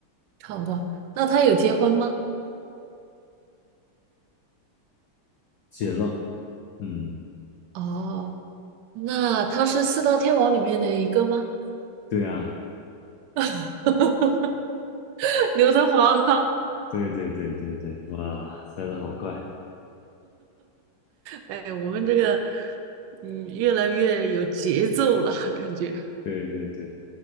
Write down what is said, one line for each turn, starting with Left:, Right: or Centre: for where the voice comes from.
Right: 差不多。那他有结婚吗？
Left: 结了，嗯，
Right: 哦，那他是四大天王里面的一个吗？
Left: 对啊，
Right: <laughs> 刘德华啦。
Left: 对对对对对，哇，猜的好快，
Right: 哎，我们这个，嗯，越来越有节奏了，感觉。
Left: 对对对，